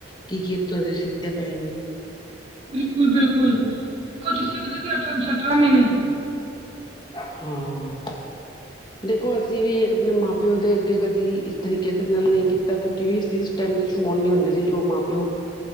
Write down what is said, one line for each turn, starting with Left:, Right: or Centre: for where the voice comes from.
Left: ਕੀ ਕੀ ਇੱਥੋਂ ਦੇ ਸਿੱਖਦੇ ਪਏ ਨੇ।
Right: ਬਿਲਕੁਲ- ਬਿਲਕੁਲ ਕੁਛ ਸਿੱਖਦੇ ਤੇ ਅਠਰਮ ਸ਼ਠਰਮ ਵੀ ਨਹੀਂ।
Left: ਹਾਂ ਦੇਖੋ ਜਿਵੇਂ ਆਪਣੇ ਮਾਂ ਪਿਓ ਦੇ ਅੱਗੇ ਕਦੀ ਤਰੀਕੇ ਦੇ ਨਾਲ ਨਹੀਂ ਕੀਤਾ ਕਿਉਂਕਿ ਵੀ ਅਸੀਂ ਇਸ ਟਾਈਮ ਤੇ ਫੋਨ ਨੀ ਹੁੰਦੇ ਸੀ ਜੋ ਮਾਂ ਪਿਓ